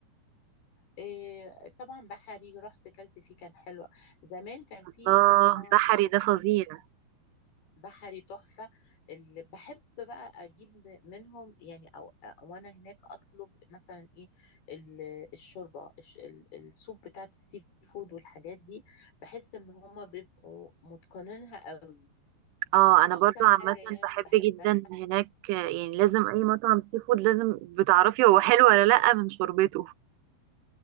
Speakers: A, on the left; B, on the right.
A: إيه طبعا بحري رحت كلت فيه كان حلو زمان كان فيه
B: الله
A: طبعا
B: بحري ده فظيع
A: بحري تحفة اللي بحب بقى اجيب منهم يعني او وانا هناك اطلب مثلا ايه ال- الشوربة الش- ال- السوب بتاعت السي فود والحاجات دي بحس ان هما بيبقوا متقنينها قوي
B: اه انا
A: اكتر
B: برضو عامه
A: حاجة يعني
B: بحب
A: بحبها
B: جدا هناك آه، يعني لازم اي مطعم سي فود لازم بتعرفي هو حلو ولا لا من شوربته